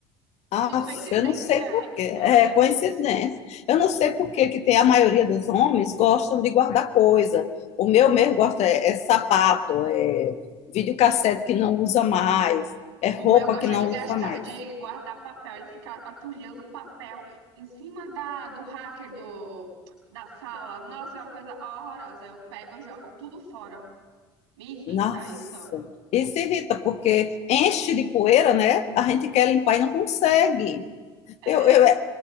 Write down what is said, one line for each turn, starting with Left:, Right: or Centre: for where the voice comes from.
Left: Ah,
Right: Que coincidência,
Left: eu não sei por
Right: hein?
Left: quê.
Right: Meu
Left: É
Right: Deus.
Left: coincidência. Eu não sei por quê que tem a maioria dos homens gostam de guardar coisa. O meu
Right: Hum.
Left: mesmo gosta é, é sapato, é videocassete que não usa mais, é roupa
Right: O meu gosta
Left: que não
Right: de gastar,
Left: usa mais.
Right: de guardar papel. Ele fica atulhando papel em cima da, do hacker do, da sala. Nossa, é uma coisa horrorosa. Eu pego e jogo tudo fora. Me irrita
Left: Nossa,
Right: isso.
Left: isso irrita porque enche de poeira, né? A gente quer limpar e não consegue.
Right: É,
Left: Eu, eu, é,